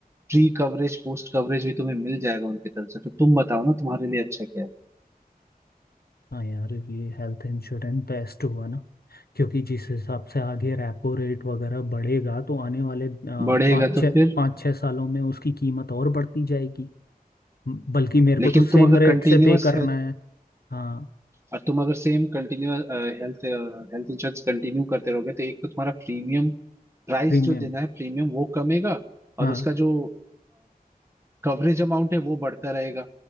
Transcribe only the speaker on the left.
हाँ यार ये हेल्थ इंश्योरेंस बेस्ट हुआ ना क्योंकि जिस हिसाब से आगे रेपो रेट वगैरह बढ़ेगा तो आने वाले अ,
पाँच छः
पाँच छः सालों में उसकी कीमत और बढ़ती जाएगी म- बल्कि मेरे
को तो सेम
रेट
से पे करना
है हाँ
प्रीमियम
हाँ